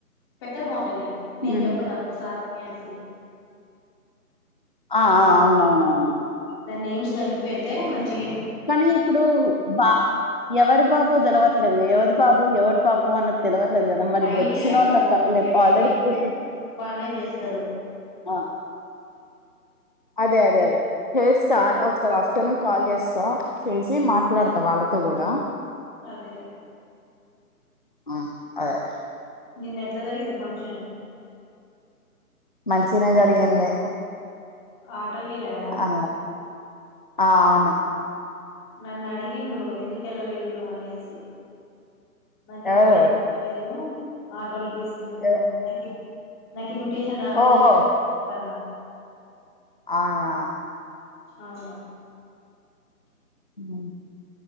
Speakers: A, on the left (about 15°); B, on the left (about 35°).
A: పెడితే బాగుంటది నేను
B: హ్మ్.
A: చెప్పదు అప్పుడు సాధయా అనేసి
B: ఆ
A: అట్లా
B: ఆ అవును అవునవును
A: దాని నేమ్స్ కలిపి పెడితే మన్
B: కానీ ఇప్పుడు బా ఎవరు బా పోదలు అవట్లేదుగా ఎవరి పాపం ఎవడి పాపం అన్న తెలివట్లేదు కదా మరి
A: ఐడియా
B: వచ్చిన వాళ్ళ
A: ఇవ్వు వాళ్ళకి ఐడియా
B: ఆల్రెడీ
A: ఇస్తే
B: ప
A: వాళ్ళే చేస్తారు
B: ఆ అదే అదే అదే యెస్ తాయ ఒకసారి ఆఫ్టర్నూన్ కాల్ చేస్ ఆ చేసి మాట్లాడతా వాళ్ళకి గూడ
A: అదేలే
B: ఆ అదే
A: నిన్న ఎట్ల జరిగింది ఫంక్షన్
B: మంచినే జరిగింది
A: ఆటోకి వెళ్ళారా
B: ఆ ఆ అవును
A: నన్ను అడిగిండ్రు ఎందుకెళ్ళలేదు నువ్వు అనేసి నాకు ఇన్విటేషన్
B: ఎవరు
A: రాలేదు ఆ ఆటోలు తీసుకెళ్లిన వాళ్ళకి
B: ఎ
A: నాకి ఇన్విటేషన్ రాలేదు
B: ఓహో!
A: <inaudible> ఇస్తన్న
B: ఆనా
A: అవును
B: ఉ